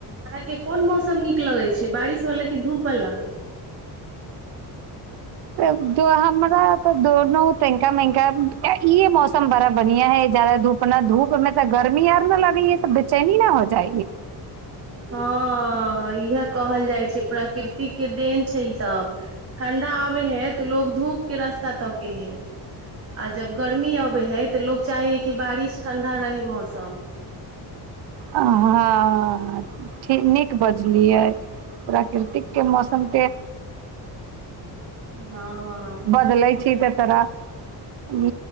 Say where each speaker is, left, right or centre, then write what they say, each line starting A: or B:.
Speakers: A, on the right; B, on the right.
A: अहाँके कोन मौसम नीक लगै छै बारिश वलाा की धूप वाला
B: हमरा तऽ दोनो तना मका इे मौसम बड़ा बढ़िया है ज जादा धूप न धूप में तऽ गर्मी आर न लगी या त बेचैनी ना हो जाएी।
A: हँ इह कहल जाइ छै। प्रकृतिक के देन छै। ई सब ठण्डा आबे है। तऽ लोकोग धूप के रास्ता तके है। आ जब गर्मी अबे है। तऽ लोग चाहे है। कि बारिश ठंडा रहे मौसम।
B: हँ ठीक नीक बजलियै परा प्रकृति के मौसम पे
A: <unintelligible> हँ
B: बदलैत छी। तऽ तोरह